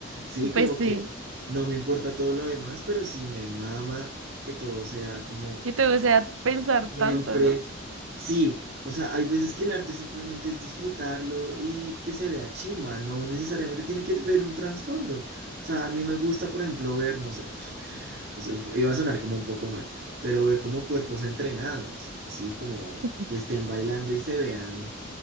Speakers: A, on the right; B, on the right.
A: sí, como
B: Pues sí,
A: que no me importa todo lo demás, pero sí me mama que todo sea como
B: que te gusta pensar
A: Siempre,
B: tanto, ¿no?
A: sí, o sea, hay veces que el arte simplemente es disfrutarlo y que se vea chimba, no necesariamente tiene que ver un trasfondo. O sea, a mí me gusta, por ejemplo, ver, no sé, <laughs> o sea, iba a sonar como un poco mal, pero ver como cuerpos entrenados, sí, como
B: <laughs>
A: que estén bailando y se vean